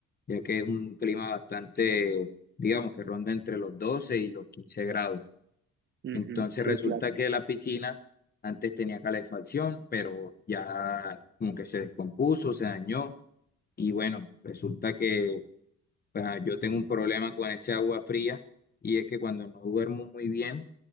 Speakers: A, on the left; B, on the right.
A: ya que es un clima bastante, digamos, que ronda entre los 12 y los 15 grados.
B: ujú,
A: Entonces
B: sí,
A: resulta
B: claro.
A: que la piscina antes tenía calefacción, pero ya como que se descompuso, se dañó y bueno, resulta que ah, yo tengo un problema con ese agua fría y es que cuando no duermo muy bien,